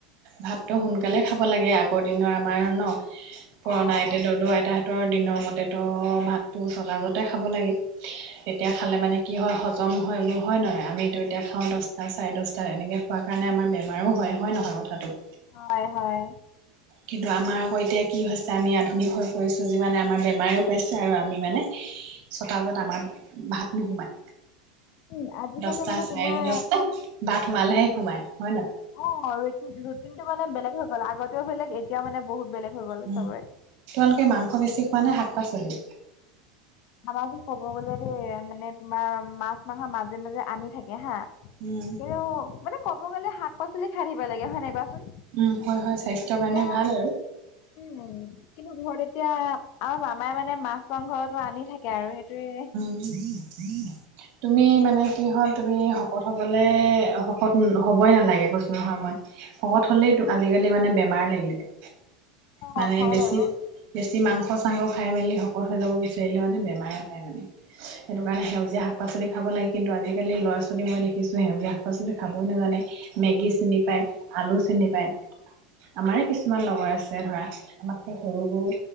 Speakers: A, on the right; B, on the left.
A: ভাতটো সোনকালে খাব লাগে, আগৰ দিনৰ আমাৰ ন! পুৰণা
B: উম
A: আইতা দদৌ আইতাহতৰ দিনৰ মতেটো ভাতো ছটাবজাতেই খাব লাগে। এতিয়া খালে মানে কি হয়, হজম হয়বোৰ হয় ন, আমিতো এতিয়া খাওঁ দছটা চাৰে দহটা এনেকৈ খোৱাৰ কাৰণে আমাৰ বেমাৰো হয়, হয়, নহয় কথাটো?
B: হয়, হয়।
A: কিন্তু আমাৰ আকৌ এতিয়া কি হৈছে আমি আধুনিক হৈ পৰিছোঁ যিমানে আমাৰ বেমাৰও পাইছে, আৰু আমি মানে
B: অ
A: ছটাবজাত আমাৰ ভাত নোসোমায়,
B: উম আজিকালি
A: দছটা
B: মানে
A: চাৰেটা
B: তোমাৰ
A: দছটাত ভাত সোমালেহে সোমাই হয়, নহয়?
B: অ', ৰুটিন, ৰুটিনটো মানে বেলেগ হৈ গ'ল, আগতেও বেলেগ এতিয়াও মানে বহুত বেলেগ হৈ গ'ল
A: উম
B: চবৰে।
A: তোমালোকে মাংস বেছি খোৱা নে, শাক পাচলি?
B: আমাৰতো ক'ব গ'লে দেই মানে তোমাৰ মাছ মাংস মাজে, মাজে আনি থাকে হা।
A: উম।
B: কিন্তু মানে কব গ'লে শাক পাচলি খায়ে থাকিব লাগে হয়, নাই কোৱাচোন?
A: উম, হয়, হয়, স্বাস্থ্যৰ
B: এতিয়া
A: কাৰণে ভাল আৰু।
B: উম, কিন্তু ঘৰত এতিয়া আৰু মামাই মানে মাছ মাংসতো আনি থা কে আৰু সেইটোৱে।
A: <inaudible> তুমি মানে কি হ'ল তুমি শকত হ'বলে শকত হ'বই নালাগে কৈছোঁ নহয় মই। শকত হ'লেই আজিকালি মানে বেমাৰ লাগি যায়, মানে
B: অ হয়
A: বেছি
B: বাৰু
A: বেছি মাংস চাংস খাই মেলি শকত হৈ যাব বিচাৰিলে মানে বেমাৰে পায় মানে। সেইটো কাৰণে সেউজীয়া শাক পাচলি খাব লাগে, কিন্তু আজিকালি ল'ৰা ছোৱালী মই দেখিছোঁ সেউজীয়া শাক পাচলি খাবই নাজানে মেগী চিনি পায়, আলু চিনি পায়, আমাৰে কিছুমান লগৰ আছে ধৰা আমাতকে সৰুবোৰ